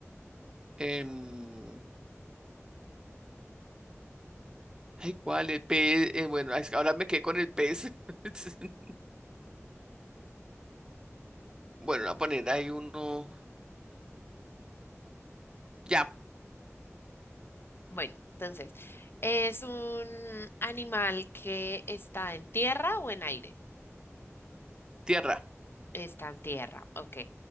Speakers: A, on the right; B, on the left.
A: em, Ay, ¿cuál? El pez. eh, bueno, es que ahora me quedé con el pez. <laughs> Bueno, voy a poner ahí uno. Ya,
B: Bueno, entonces, ¿es un animal que está en tierra o en aire?
A: tierra.
B: Está en tierra, ok.